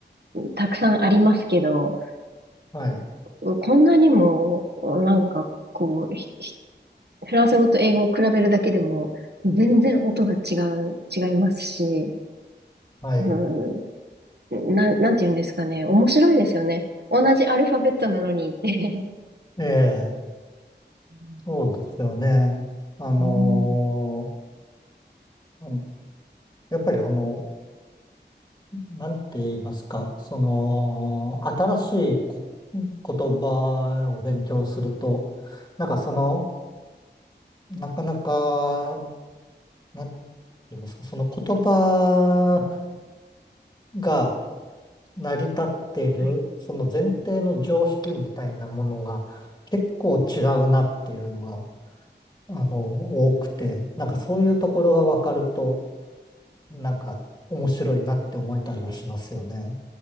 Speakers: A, on the right; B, on the left.
A: たくさんありますけど、
B: はい。
A: うん、こんなにも、なんかこう、ひフランス語と英語を比べるだけでも、全然音が違う、違いますし、
B: はい。
A: うん、な、なんて言うんですかね。面白いですよね。同じアルファベットなのにって。
B: ええ、
A: <laughs>
B: そうですよね。あの
A: うん、うん
B: ーあのやっぱりあの、なんて言いますか、その、新しいこ言葉を勉強すると、なんかその、なかなか、なんて言いますか、その言葉が成り立っている、
A: はい
B: その前提の常識みたいなものが結構違うなっていうのが、あの、多くて、なんかそういうところがわかると、なんか面白いなって思えたりはしますよね。